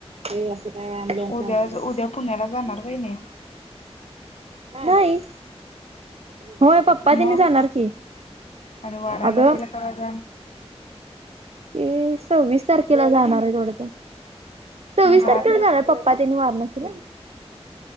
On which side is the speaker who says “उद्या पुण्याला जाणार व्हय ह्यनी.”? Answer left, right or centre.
Left